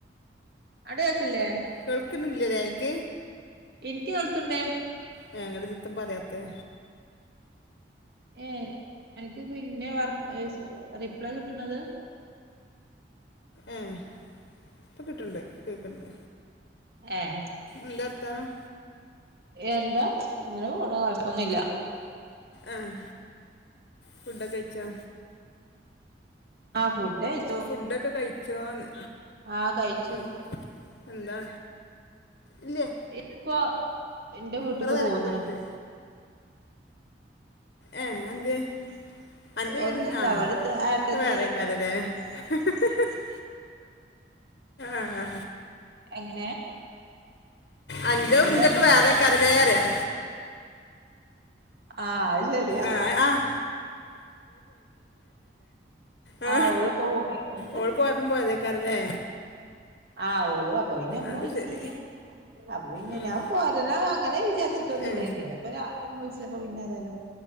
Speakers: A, on the right; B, on the left.
A: അഡ്കേക്ക് ലേ
B: കേൾക്കുന്നില്ലല്ലേ ഇനിക്ക്
A: എനിക്ക് കേൾക്കുണ്ട്
B: ഞങ്ങടെടത്ത് പറയാത്തെ
A: ഏഹ് എനിക്ക് പിന്നെ വർ റിപ്ലൈ കിട്ടണത്
B: ഏഹ് ഇപ്പ കിട്ടണുണ്ട് കേൾക്കണുണ്ട്
A: ഏഹ്
B: എന്താ വർത്താനം
A: എന്തോ അങ്ങനെ പോണു കുഴപ്പൊന്നുമില്ല
B: ആഹ് ഫുഡൊക്കെ കഴിച്ചോ
A: ആഹ് ഫുഡ് കയ്ച്ച്
B: ഫുഡൊക്കെ കഴിച്ചോന്ന്
A: ആ കഴിച്ചു
B: ഏഹ് എന്താ ഇല്ലേ
A: ഇന്നിപ്പോ എന്റെ വീട്ടിക്ക്
B: പറ നേരൊക്കെ
A: പോന്നണ്
B: പോയിട്ട് ഏഹ് എന്ത്യെ അന്റെ
A: ഒന്നുമില്ല
B: വീട് ആഹ്
A: അവിടുത്തെ ഏട്ടത്തി
B: ക്ക് വേറെ <unintelligible> ആഹ്
A: എങ്ങനെ
B: അഞ്ചോ
A: എന്താ
B: ൻ്റൊക്കെ വേറെയൊക്കെ അത് വേറെ പറയാ
A: ആഹ് അത് ശരി.
B: ആഹ് ആ ആഹ് ആ,
A: ആഹ് ഓളിപ്പോ പോയീന്
B: ഓള് പോയപ്പം പോയതേക്കാരല്ലേ
A: ആഹ് ഓളും അപ്പൊ പിന്നെ ഉമ്മ
B: അത്
A: വിളിച്ചീന്
B: ശരി
A: അപ്പൊ പിന്നെ
B: ഉം.
A: ഞാൻ പോ നാ അങ്ങനെ വിചാരിച്ചിട്ടൊന്നുമില്ല
B: ഏ,
A: പിന്നെ ഇപ്പ രാവിലെ വിളിച്ചപ്പോ പിന്നെ ഏതായാലും